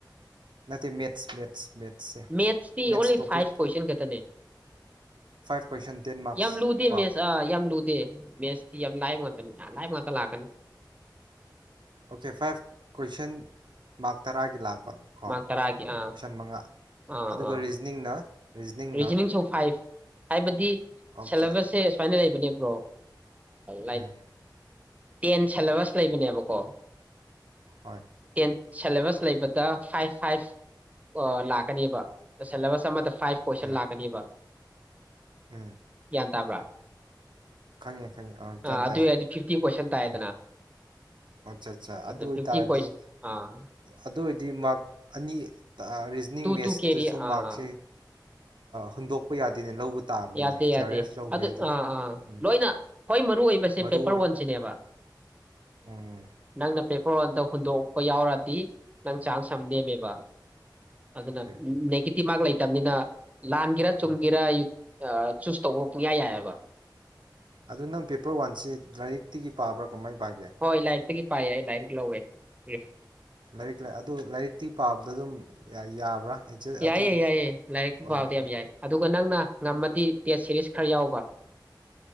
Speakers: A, on the right; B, on the right.
A: ꯅ ꯃꯦꯠꯁ ꯃꯦꯠꯁ ꯃꯦꯠꯁꯁꯦ
B: ꯃꯦꯊꯁ
A: ꯃꯦꯠꯁ
B: ꯑꯣꯂꯤ
A: ꯇꯣꯄꯤꯛ
B: ꯐꯥꯏꯚ ꯀꯣꯏꯑꯟꯇꯅꯦ
A: ꯐꯥꯏꯚ ꯀꯣꯏꯁꯟ ꯇꯦꯟ ꯃꯥꯔꯛꯁ
B: ꯌꯥꯝ ꯂꯨꯗꯦ
A: ꯀꯣ
B: ꯃꯦꯁ ꯑꯥ ꯌꯥꯝ ꯂꯨꯗꯦ ꯃꯦꯁ ꯌꯥꯝ ꯂꯥꯏꯕ ꯉꯥꯛꯇꯅꯤ ꯂꯥꯏꯕ ꯉꯥꯛꯇ ꯂꯥꯛꯒꯅꯤ
A: ꯑꯣꯀꯦ ꯐꯥꯏꯚ ꯀꯣꯏꯁꯟ ꯃꯥꯔꯛ ꯇꯔꯥꯒꯤ ꯂꯥꯛꯄ ꯀꯣ
B: ꯃꯥꯔꯛ ꯇꯔꯥꯀꯤ ꯑꯥ
A: ꯀꯣꯏꯁꯟ ꯃꯉꯥ
B: ꯑꯥ
A: ꯑꯗꯨꯒ
B: ꯑꯥ
A: ꯔꯤꯖꯅꯤꯡꯅ ꯔꯤꯖꯅꯤꯡꯅ
B: ꯔꯤꯖꯅꯤꯡ ꯁ ꯐꯥꯏꯚ ꯍꯥꯏꯕꯗꯤ
A: ꯑꯣꯀꯦ
B: ꯁꯦꯂꯦꯕꯁꯁꯦ ꯁꯨꯃꯥꯏꯅ ꯂꯩꯕꯅꯦꯕ ꯣ ꯂꯥꯏ
A: ꯎꯝ
B: ꯇꯦꯟ ꯁꯦꯂꯦꯕꯁ ꯂꯩꯕꯅꯦꯕꯀꯣ
A: ꯍꯣꯏ
B: ꯀ <unintelligible> ꯁꯦꯂꯦꯕꯁ ꯂꯩꯕꯗ ꯐꯥꯏꯚ ꯐꯥꯏꯚ ꯂꯥꯛꯀꯅꯦꯕ ꯁꯦꯂꯦꯕꯁ ꯑꯃꯗ ꯐꯥꯏꯚ ꯀꯣꯏꯁꯟ
A: ꯎꯝ
B: ꯂꯥꯛꯀꯅꯤꯕ
A: ꯎꯝ
B: ꯇꯥꯕ꯭ꯔꯥ
A: ꯈꯪꯉꯦ ꯈꯪꯉꯦ ꯑꯪ ꯒ꯭ꯌꯥꯟ
B: ꯑꯥ ꯑꯗꯨ
A: ꯇꯥꯏ
B: ꯑꯣꯏꯔꯗꯤ ꯐꯤꯐꯇꯤ ꯀꯣꯏꯁꯟ ꯇꯥꯏꯗꯅ
A: ꯎꯝ ꯑꯠꯆꯥ ꯑꯠꯆꯥ
B: ꯑꯗ
A: ꯑꯗꯨ ꯑꯣꯏꯇꯥꯔꯗꯤ
B: ꯐꯤꯐꯇꯤ ꯀꯣꯏꯁꯟ ꯑꯥ
A: ꯑꯗꯨ ꯑꯣꯏꯔꯗꯤ ꯃ ꯑꯅꯤ ꯔꯤꯖꯅꯤꯡ
B: ꯇꯨ
A: ꯃꯦꯠꯁꯇꯁꯨ
B: ꯇꯨ ꯀꯦꯔꯤ ꯑꯥ
A: ꯃꯥꯔꯛꯁꯦ
B: ꯑꯥ
A: ꯍꯨꯟꯗꯣꯛ ꯌꯥꯗꯦꯅꯦ ꯂꯧꯕ ꯇꯥꯕꯅꯤꯅꯦ
B: ꯌꯥꯇꯦ
A: ꯖꯤ
B: ꯌꯥꯇꯦ
A: ꯑꯥꯔ ꯑꯦꯐ ꯂꯧꯒꯦ
B: ꯑ
A: ꯍꯥꯏꯗꯤ
B: ꯑ ꯑꯥ
A: ꯎꯝ
B: ꯂꯣꯏꯅ ꯈ꯭ꯋꯥꯏ ꯃꯔꯨ ꯑꯣꯏꯕꯁꯦ
A: ꯃꯔꯨ
B: ꯄꯦꯄꯔ
A: ꯑꯣꯏ
B: ꯋꯥꯟꯁꯤꯅꯦꯕ
A: ꯎꯝ
B: ꯅꯪ ꯅ ꯄꯦ ꯃꯣꯟꯗ ꯍꯨꯟꯗꯣꯛꯄ ꯌꯥꯎꯔꯗꯤ ꯅꯪ ꯆꯥꯟꯁ ꯑꯃ ꯅꯦꯝꯃꯦꯕ ꯑꯗꯨꯗꯅ
A: ꯑꯣꯀꯦ ꯑꯣꯀꯦ
B: ꯅꯦꯇꯤꯚ ꯃꯥꯒꯂ ꯂꯩꯇꯕꯅꯤꯅ ꯂꯥꯟꯒꯦꯔꯥ ꯆꯨꯝꯒꯦꯔꯥ
A: ꯎꯝ
B: ꯆꯨꯁ ꯇꯧꯕꯌꯥ ꯌꯥꯏꯑꯕ
A: ꯑꯗꯨ ꯅꯪ ꯄꯦꯄꯔ ꯋꯥꯟꯁꯦ ꯂꯥꯏꯔꯤꯛꯇꯒꯤ ꯄꯥꯕ꯭ꯔꯥ ꯀꯃꯥꯏꯅ ꯄꯥꯒꯦ
B: ꯍꯣꯏ ꯂꯥꯏꯔꯤꯛꯇꯒꯤ ꯄꯥꯏ ꯑꯩ ꯂꯥꯏꯔꯤꯛ ꯂꯧꯋꯦ ꯎꯝ
A: ꯂꯥꯏꯔꯤꯛ ꯑꯗꯨ ꯂꯥꯏꯔꯤꯛꯇꯤ ꯄꯥꯕꯗ ꯑꯗꯨꯝ ꯌꯥꯕ꯭ꯔꯥ ꯑꯦꯛꯖꯦ
B: ꯌꯥꯏꯌꯦ
A: ꯑꯗꯨꯝ
B: ꯌꯥꯏꯌꯦ ꯂꯥꯏꯔꯤꯛꯀꯤ
A: ꯍꯣꯏ
B: ꯄꯥꯥꯎꯗꯤ ꯌꯥꯝ ꯌꯥꯏ ꯑꯗꯨꯒ ꯅꯪꯅ ꯉꯝꯃꯗꯤ ꯇꯦꯁ ꯁꯦꯔꯤꯁ ꯈꯔ ꯌꯥꯎꯕ